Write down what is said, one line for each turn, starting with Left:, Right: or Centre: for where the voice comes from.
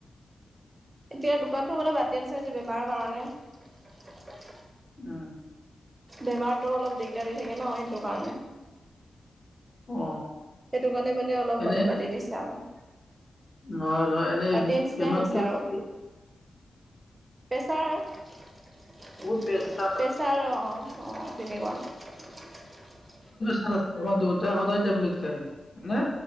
Right: এতিয়া দোকানতটো মানে বাট দিয়া নিচিনা হৈছে বেমাৰৰ কাৰণে।
Left: উম।
Right: বেমাৰ তো অলপ দিগদাৰী থাকে ন। সেই কাৰণে
Left: অ
Right: সেইটো কাৰণে মানে অলপ
Left: এনে
Right: মানে বতি দিছা আৰু
Left: নহয় নহয় এনেই
Right: বাদ দিয়া নিচিনাই
Left: বেমাৰটো
Right: হৈছে আৰু
Left: কি
Right: প্ৰেছাৰ প্ৰেছাৰ
Left: বহুত প্ৰেছাৰ
Right: অ অ তেনেকুৱা
Left: ৰাস্তা দূৰতে সদায় টেবলেট খায় হয়নে?